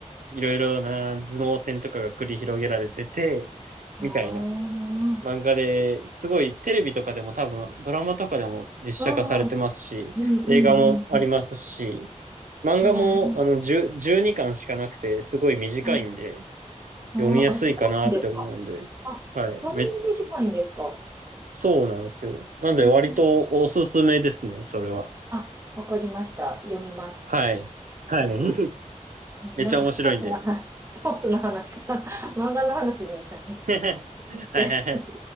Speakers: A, on the right; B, on the right.
A: いろいろな頭脳戦とかが繰り広げられてて、
B: ああ、
A: みたいな漫画で、すごいテレビとかでも多分、ドラマとかでも実写化されてますし、
B: ああ、うんうんうんうん。
A: 映画もありますし、漫画もあの10
B: ああ、じゃ
A: 12巻しかなくて、すごい短いんで、
B: あ、はいああ、
A: 読みやすいかなって思うんで、
B: あ、そうなんですか。あ、
A: はい。
B: そんなに短いんですか。
A: めっそうなんですよ。なんで割とおすすめですね、
B: うん。
A: それは。
B: あ、わかりました。読みます。
A: はい。はい。
B: 読みます。
A: <laughs>
B: うんなんかスポーツの話、
A: めっちゃ面白いんで。
B: <laughs> スポーツの話から <laughs> 漫画の話にいっちゃうね。
A: <laughs> はいはいはい。
B: すいません。